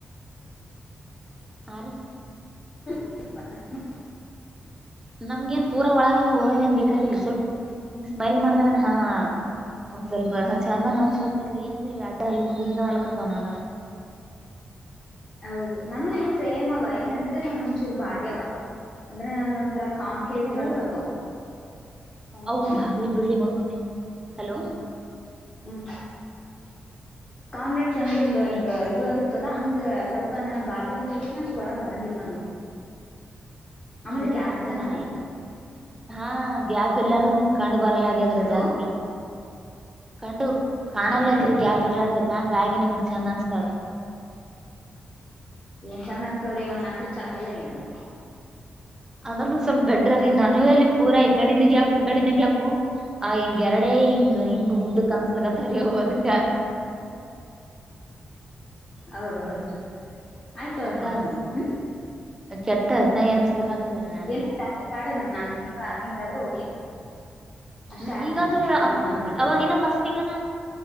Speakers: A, on the right (about 15°); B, on the left (about 30°).
A: ಹಾ, ರೀ. <inaudible>
B: <inaudible> <unintelligible>
A: ನಮ್ಗ ಏನ್ ಪೂರಾ ಒಳಗಾದ ಹೋಗೋದು ಏನ್ ಬೇಕು, ಸ್ವಲ್ಪ ಹಿಂಗ್ ಸ್ಮೈಲ್ ಮಾಡ್ದಾಗನ ಹಾ. <inaudible> ಒಂದ್, ಸ್ವಲ್ಪ ಆಚಗಣ, ತಿಳ್ಕೊಳ್ರಿ, ಏನ್ರೀ ಎರಡು, ಹಾಲು, ಮೂರುಕೊಂಡು, ಹಲ್ಕತನ. <unintelligible> <inaudible> <unintelligible>
B: ಹೌದು, ನಾನು ನಿಮ ಸೇಮ. ಅವ ಏನಂದ್ರೆ ನಾನ ಒಂಚೂರು! ಭಾಗ್ಯವ ಅಂದ್ರೆ ನಾನ ಒಂಥರ? <inaudible> ಕಾನ್ಕೆವ,
A: ಇವು
B: ಇದರಲ್ಲಿ ಬರ್ತಾವೆ. <inaudible> ಕೌನೆತುಮ್,
A: ಅವು ಬಾಗ್ಲಿ ಬಿಡ್ಲಿ ಮೊದಲೊಮ್ಮೆ ಹಲೋ
B: ಹ್ಮ್. <unintelligible> ಕಾನ್ವೆಕ್ಸ್ ಅಂದ್ರೆ ಹಿಂಗ
A: ಹಲೋ
B: ಹಿಂಗ ಇದು ಓಗಿ. <unintelligible> ಮತ್ತಲ್ಲಾ ಹಂಗ ಸ್ವಲ್ಪ ನನ ಭಾಗ್ಯವಂತ ಅಷ್ಟು ಹೊರಗ್ ಬರಂಗಿಲ್ಲ ನಾನು ಆಮೇಲೆ
A: ಇಲ್ಲಾರೀ
B: ಗ್ಯಾಪ್
A: ಹಂಗಲ್ಲ
B: ಇಲ್ಲ ನನಗ್
A: ಈಗ ಹಾ ಗ್ಯಾಪ್ ಇಲ್ಲಾರ ನಿಮಗ ಕಂಡ ಬರಲ್ಲ ಆಗದ್ರ
B: ಹಲೋ
A: ಜಾಸ್ತಿ ಕಂಡು ಕಾಣಲ್ಲಲ್ರರಿ
B: ಹಾ ರೀ
A: ಗ್ಯಾಪ್ ಇರ್ಲಾದಕ್ಕ ಹಂಗಾಗಿ ನಿಮಗ್ ಚಂದ ಅನಸಲ್ಲರೀ
B: ಏನ್ ಚಂದ ಅನಸತವರಿ ಒಂದ್ ನಕ್ರ ಚಂದ ಅಲ್ಲ ಏನಲ್ಲ
A: ಅದನ್ನು ಸ್ವಲ್ಪ ಬೆಟ್ಟರಿ ನನ್ನ ಎಲ್ಲಿ ಪೂರಾ ಈ ಕಡಿಂದ ಗ್ಯಾಪು ಈ ಕಡಿಂದ ಗ್ಯಾಪು ಆ ಹಿಂಗ ಎರಡೇ ಇಂಗ ಇಂಗ ಗುಂಡಕ ಅನ್ಸಕುಂತವರಿ ಅದಕ್ಕೆ
B: ಹೌದೌದು ಆಯ್ತ ತೋರಿ
A: ಮತ್ತ
B: ಹಾಕ್ಸಮ್ಮ ಹ್ಮ್
A: ಕೆಟ್ಟ ಅಸಹ್ಯ ಅನ್ಸ್ಲಕತ್ತದ್ರಿ ನನಗನ
B: ಏನ ಜಾಸ್ತಿ ಬ್ಯಾಡಾರ ಒಂದ ನಾಲ್ಕ ತಿಂಗಳ ಆರು ತಿಂಗಳ ಆದ್ರೆ ಓಕೆ ಅಷ್ಟೇ
A: ಹ್ಮ
B: ಹಾಕ್ಸಮ್ರಿ
A: ಈಗಂದ್ರೆ
B: ಸಿಕ್ಸ್ ಮಂತ್ಸ್ ಹಂಗೆಲ್ಲ
A: ಅವಾಗೇನ ಪಸ್ಟಗಣ